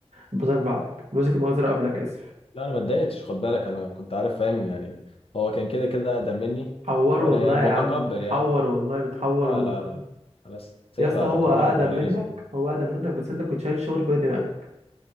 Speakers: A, on the right (about 75°); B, on the left (about 55°).
A: البازار بعدك مسك المجزرة قبلك اسف
B: لا انا ما اتضايقتش خد بالك انا كنت عارف فاهم يعني هو كان كده كده اقدم مني
A: حور
B: وانا
A: والله
B: يعني متقبل
A: يا عم بتحور
B: يعني
A: والله بتحور
B: لا
A: والله
B: لا لا انا سايبها
A: يا اسطى هو
B: كل
A: اقدم
B: واحد وليه
A: منك
B: رزق
A: هو اقدم منك بس انت كنت شايل الشغل فوق دماغك